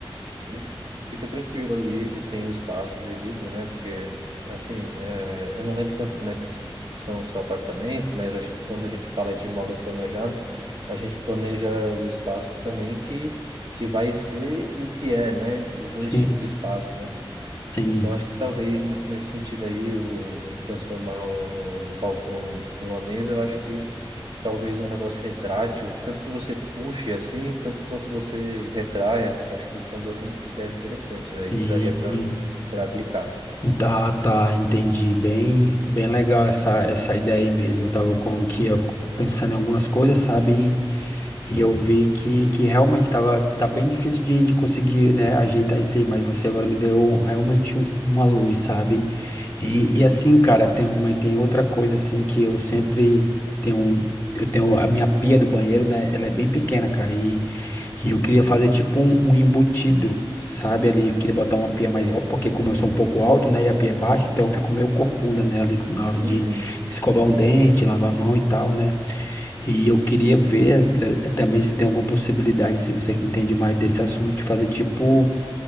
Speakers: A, on the right; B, on the left.
A: e fica tranquilo ali, tem o espaço devido, né? Porque, assim, é, eu não lembro quantos metros são o seu apartamento, mas acho que quando a gente fala de imóveis planejados, a gente planeja o espaço também que, que vai ser e o que é, né? Os dois
B: Sim,
A: tipos de espaço, né?
B: sim,
A: Então, acho que talvez n- nesse sentido aí, o transformar o, o balcão em uma mesa, eu acho que talvez um negócio retrátil, que tanto que você puxe assim, tanto quanto você retraia. Eu Acho que são duas in- ideias interessantes aí
B: sim.
A: que daria para para aplicar.
B: Tá, tá, entendi. Bem, bem legal essa, essa ideia aí mesmo. Eu tava como que eu- pensando em algumas coisas, sabe? E, e eu vi que, que realmente tava, tá bem difícil de, de conseguir, né, ajeitar isso aí, mas você agora me deu realmente uma luz, sabe? E,
A: Uhum,
B: e assim, cara, tem, mas tem outra coisa assim que eu sempre tenho. Eu tenho a minha pia do banheiro, né? Ela é bem pequena, cara. E, e eu queria fazer tipo um, um embutido sabe? Ali eu queria botar uma pia
A: sei.
B: mais alta, porque como eu sou um pouco alto, né? E a pia é baixa, então eu fico meio corcunda, né? Ali com- na hora
A: Uhum,
B: de escovar um dente, lavar a mão e tal, né? E eu queria ver eh, eh, também se tem alguma possibilidade, assim, você que entende mais desse assunto, de fazer tipo.